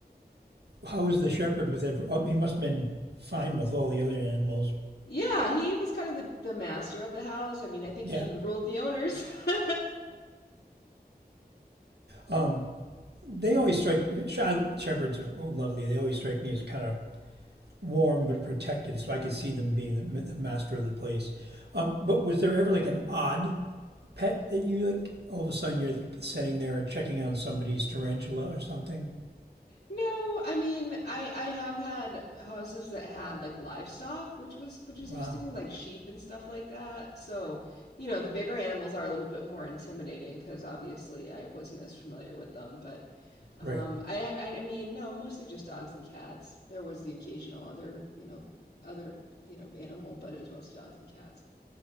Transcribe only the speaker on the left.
Yeah, he was kind of the, the master of the house. I mean, I think
he even ruled the owners. <laughs>
No, I mean, I I have had houses that had like livestock, which was which was
interesting, like sheep and stuff like that. So, you know, the bigger animals are a little bit more intimidating because obviously I wasn't as familiar with them. But um,
I, I I mean, no, mostly just dogs and cats. There was the occasional other, you know, other, you know, animal, but it was mostly dogs and cats.